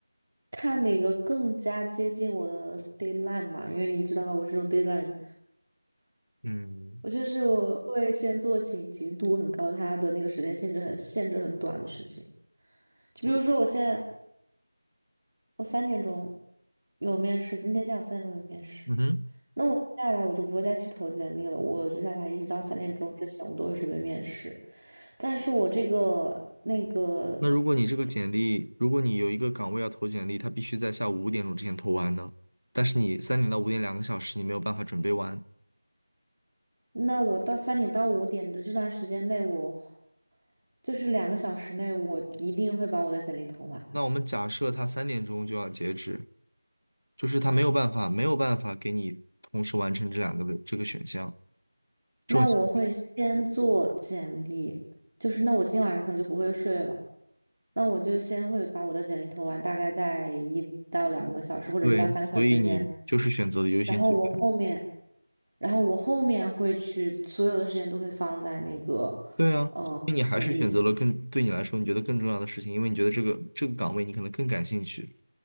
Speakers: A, on the right; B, on the right.
A: 看哪个更加接近我的 deadline 吧，因为你知道我这种 deadline，
B: 嗯，
A: 我就是我会先做紧急度很高，它的那个时间限制很限制很短的事情。就比如说我现在
B: 我，
A: 我三点钟有面试，今天下午三点钟有面试，
B: 嗯哼。
A: 那我接下来我就不会再去投简历了，我接下来一直到三点钟之前我都会准备面试。但是我这个那个
B: 那如果你这个简历，如果你有一个岗位要投简历，他必须在下午五点钟之前投完呢。但是你三点到五点两个小时，你没有办法准备完。
A: 那我到三点到五点的这段时间内，我就是两个小时内，我一定会把我的简历投完。
B: 那我们假设他三点钟就要截止，就是他没有办法，没有办法给你同时完成这两个的这个选项。这种情
A: 那我会先做简历，就是那我今天晚上可能就不会睡了，那我就先会把我的简历投完，大概在一到两个小时或者一到三个小时之间。
B: 对，所以你就是选择了优先级更。
A: 然后我后面，然后我后面会去，所有的时间都会放在那个
B: 对啊，
A: 呃简历上。
B: 因为你还是选择了更对你来说你觉得更重要的事情，因为你觉得这个这个岗位你可能更感兴趣，